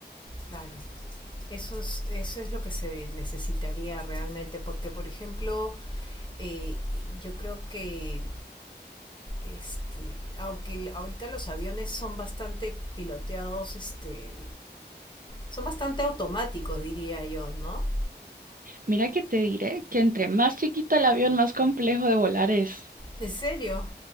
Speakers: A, on the left (about 25°); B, on the right (about 50°).
A: claro. Eso es, eso es lo que se necesitaría realmente, porque por ejemplo, eh, yo creo que este, aunque ahorita los aviones son bastante piloteados, este, son bastante automáticos, diría yo, ¿no?
B: Mira que te diré que entre más chiquito el avión, más complejo de volar es.
A: ¿En serio?